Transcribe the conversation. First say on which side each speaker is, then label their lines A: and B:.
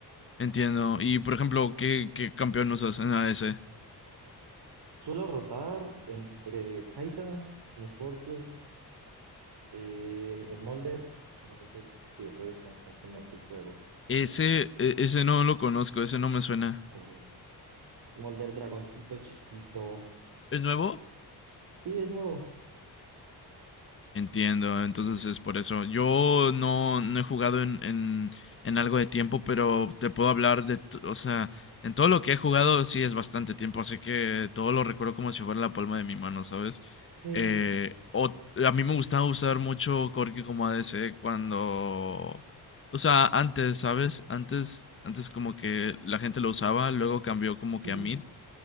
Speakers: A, on the left; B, on the right.
A: Entiendo. Y por ejemplo, ¿qué, qué campeón usas en ADC?
B: Suelo rotar entre Kai'Sa, Miss Fortune, eh, Smolder, no sé si, si lo juegues constantemente el juego.
A: Ese,
B: Es,
A: e-
B: espera,
A: ese no lo conozco, ese no me suena.
B: mm, Smolder, dragoncito chiquito.
A: ¿Es nuevo?
B: Sí, es nuevo,
A: Entiendo, entonces es por eso. Yo no, no he jugado en, en, en algo de tiempo, pero te puedo hablar de, t- o sea, en todo lo que he jugado sí es bastante tiempo, así que todo lo recuerdo como si fuera la palma de mi mano, ¿sabes?
B: sí,
A: Eh, o- a mí me gustaba usar mucho Corki como ADC cuando, o sea, antes, ¿sabes? Antes, antes como que la gente lo usaba, luego cambió como
B: sí,
A: que a mid.